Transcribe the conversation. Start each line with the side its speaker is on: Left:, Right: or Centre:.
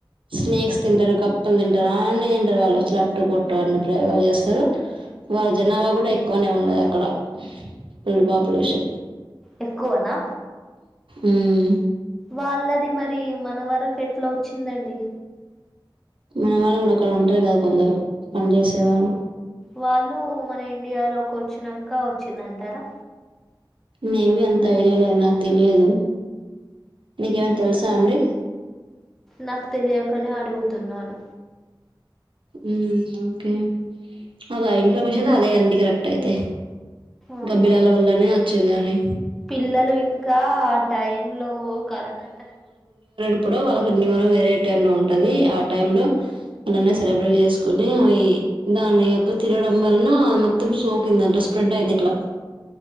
Right: స్నేక్స్ తింటారు కప్పలు తింటారు అన్ని తింటారు వాళ్ళు చట్టు పొట్టు అన్ని ప్రయోగాలు చేస్తారు వాళ్ళ జనాభా కూడా ఎక్కువనే ఉంన్నది అక్కడ ఫుల్ పాపులేషన్
Centre: ఎక్కువనా
Right: ఉమ్
Centre: వాళ్ళది మరి మన వరకు ఎట్లా వచ్చిందండి
Right: మన వాళ్ళు కూడా అక్కడ ఉంటారు కదా కొందరు పని చేసే వాళ్ళు
Centre: వాళ్ళు మన ఇండియాలోకి వచ్చినంక వచ్చిందంటారా
Right: మేబీ అంత ఐడియా లేదు నాకు తెలియదు నీకేమన్నా
Centre: ఉమ్,
Right: తెలుసా అండి
Centre: నాకు తెలియకనే అడుగుతున్నాను
Right: ఉమ్ ఓకే అదా ఇన్ఫర్మేషన్ అదే అండి కరెక్ట్ అయితే
Centre: ఆహా
Right: గబ్బిలాల వల్లనే చిన్నని
Centre: పిల్లలు ఇంకా ఆ టై లో కరోనా టాయి
Right: ఇప్పుడు వాళ్ళకి న్యూరం వేరే టై లో ఉంటది ఆ టై లో సరబేట్ చేసుకుని అవి దాని యొక్క తినడం వలన అ మొత్తం సోకింది అంట స్ప్రెడ్ అయింది ఇట్లా